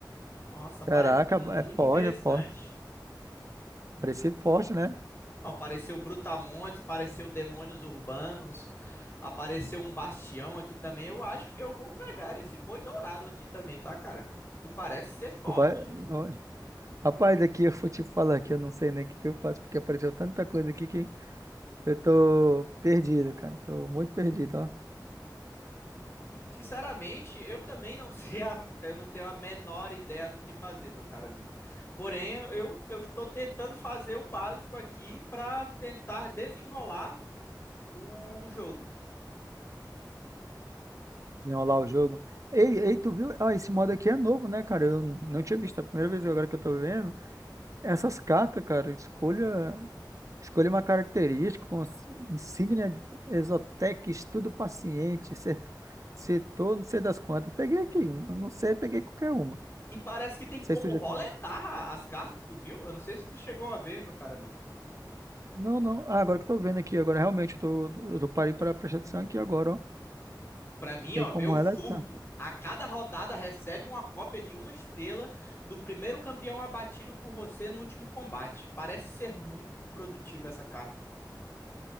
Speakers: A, on the left; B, on the right.
A: Nossa, parece
B: Caraca,
A: muito
B: é forte,
A: interessante.
B: é forte. Parecer forte, né?
A: Não, apareceu Brutamontes, apareceu Demônios Urbanos, apareceu um Bastião aqui também. Eu acho que eu vou pegar esse boi dourado aqui também, tá, cara? Que parece ser forte.
B: Vai- ó, Rapaz, aqui eu vou te falar que eu não sei nem o que que eu faço, porque apareceu tanta coisa aqui que eu tô perdido, cara. Tô muito perdido, ó.
A: Sinceramente, eu também não <laughs> sei, a, eu não tenho a menor ideia do que fazer, meu caro amigo. Porém, eu, eu estou tentando fazer o básico aqui para tentar desenrolar o jogo.
B: Desenrolar o jogo. Ei, ei, tu viu? Ah, esse modo aqui é novo, né, cara? Eu não tinha visto. É a primeira vez agora que eu tô vendo. Essas cartas, cara, escolha, escolha uma característica, com insígnia Exotec, estudo paciente, setor, setor, não sei das quantas. Peguei aqui, n- não sei, peguei qualquer uma. Não
A: E parece que tem
B: sei
A: como
B: se eu já
A: roletar
B: tive-
A: as cartas, tu viu? Eu não sei se tu chegou a ver, meu caro amigo.
B: Não, não. Ah, agora que eu tô vendo aqui, agora realmente eu tô, eu tô parei para prestar atenção aqui agora, ó.
A: Para mim,
B: Tem
A: ó,
B: como
A: ver o furto.
B: relaxar.
A: A cada rodada recebe uma cópia de uma estrela do primeiro campeão abatido por você no último combate. Parece ser muito produtiva essa carta.